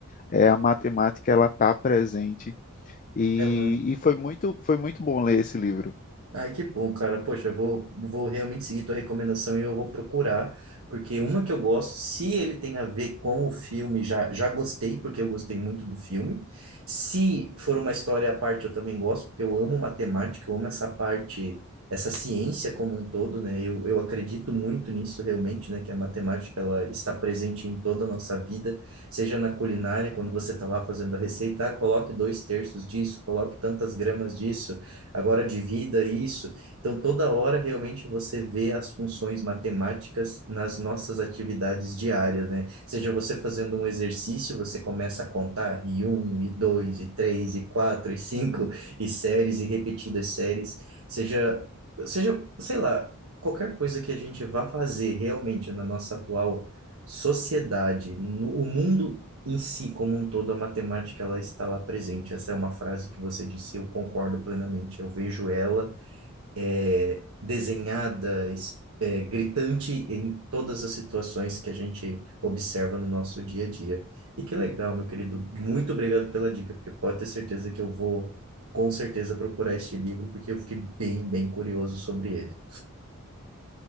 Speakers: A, on the left (about 35°); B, on the right (about 75°).
A: eh, a matemática ela está presente. E,
B: Ela
A: e foi muito, foi muito bom ler esse livro.
B: Ai, que bom, cara. Poxa, eu vou, vou realmente seguir tua recomendação e eu vou procurar, porque uma que eu gosto, se ele tem a ver com o filme, já, já gostei, porque eu gostei muito do filme. Se for uma história à parte, eu também gosto, porque eu amo matemática, eu amo essa parte, essa ciência como um todo, né? Eu, eu acredito muito nisso realmente, né? Que a matemática, ela está presente em toda a nossa vida, seja na culinária, quando você está lá fazendo a receita, ah, coloque dois terços disso, coloque tantas gramas disso agora divida isso. Então, toda hora realmente você vê as funções matemáticas nas nossas atividades diárias, né? Seja você fazendo um exercício, você começa a contar e um, e dois, e três, e quatro, e cinco, e séries, e repetidas séries, seja, seja, sei lá, qualquer coisa que a gente vá fazer realmente na nossa atual sociedade, no, o mundo em si, como um todo, a matemática ela está lá presente. Essa é uma frase que você disse, eu concordo plenamente. Eu vejo ela é desenhada, es- é, gritante em todas as situações que a gente observa no nosso dia a dia. E que legal, meu querido. Muito obrigado pela dica, porque pode ter certeza que eu vou, com certeza, procurar este livro, porque eu fiquei bem, bem curioso sobre ele.